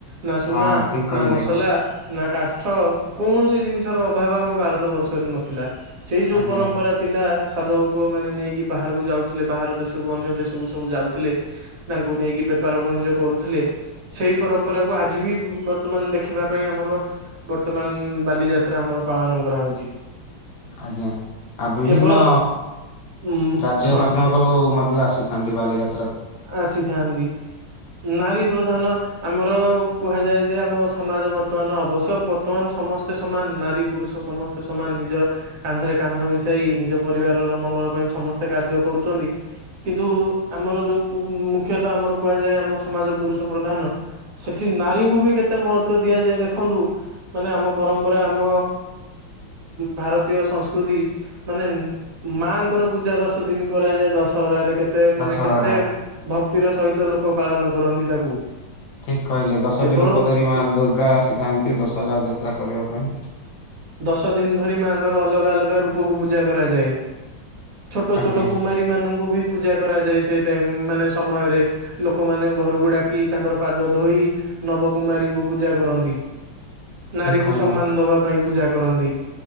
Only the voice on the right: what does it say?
ନା ସୁନା
ନା
ମସଲା ନା କାଠ କୌଣସି ଜିନିଷର ଅଭାବ ଆମ ଭାରତ ବର୍ଷରେ ନଥିଲା ସେଇ ଯୋଉ
ପରମ୍ପରା ଥିଲା ସାଧବ ପୁଅ ମାନେ ନେଇକି ବାହାରକୁ ଯାଉଥିଲେ ବାହାର ଦେଶକୁ ଅନ୍ୟ ଦେଶକୁ ସବୁ ଯାଉଥିଲେ। ତାଙ୍କୁ ନେଇକି ବେପାର ବାଣିଜ୍ୟ କରୁଥିଲେ ସେଇ ପରମ୍ପରାକୁ ଆଜି ବି ବର୍ତ୍ତମାନ ଦେଖିବା ପାଇଁ ଆମର ବର୍ତ୍ତମାନ ବାଲିଯାତ୍ରା ଆମର ପାଳନ କରାହଉଛି।
କେବଳ ଉ
ହଁ
ଆସିଥାନ୍ତି। ନାରୀ ପ୍ରଧାନ ଆମର କୁହାଯାଏ ଯେ ଆମ ସମାଜ ବର୍ତ୍ତମାନ ଅବଶ୍ୟ ବର୍ତ୍ତମାନ ସମସ୍ତେ ସମାନ ନାରୀ ପୁରୁଷ ସମସ୍ ସ୍ତେ ସମାନ ନିଜ କାନ୍ଧରେ କାନ୍ଧ ମିଶାଇ ନିଜ ପରିବାରର ମଙ୍ଗଳ ପାଇଁ ସମସ୍ତେ କାର୍ଯ୍ୟ କରୁଛନ୍ତି କିନ୍ତୁ ଆମର ଯୋଉ ମୁଖ୍ୟତଃ ଆମର କୁହାଯାଏ ଆମ ସମାଜ ପୁରୁଷ ପ୍ରଧାନ ସେଠି ନାରୀଙ୍କୁ ବି କେତେ ମହତ୍ତ୍ଵ ଦିଆଯାଏ ଦେଖନ୍ତୁ ମାନେ ଆମ ପରମ୍ପରା ଆମ ଭାରତୀୟ ସଂସ୍କୃତି ମାନେ ମାଙ୍କର ପୂଜା ଦଶ ଦିନି କରାଯାଏ ଦଶହରାରେ କେତେ
ମାନେ କେତେ ଭକ୍ତିର ସହିତ ଲୋକ ପାଳନ କରନ୍ତି ତାକୁ
କେବଳ
ଦଶ ଦିନ ଧରି ମାଆଙ୍କର ଅଲଗା ଅଲଗା ରୂପକୁ ପୂଜା କରାଯାଏ। ଛୋଟ ଛୋଟ
କୁମାରୀ ମାନଙ୍କୁ ବି ପୂଜା କରାଯାଏ ସେ ଟାଇମ ମାନେ ସମୟରେ ଲୋକମାନେ ଘରକୁ ଡାକି ତାଙ୍କର ପାଦ ଧୋଇ ନବ କୁମାରୀଙ୍କୁ ପୂଜା କରନ୍ତି। ନାରୀକୁ
ସମ୍ମାନ ଦବା ପାଇଁ ପୂଜା କରନ୍ତି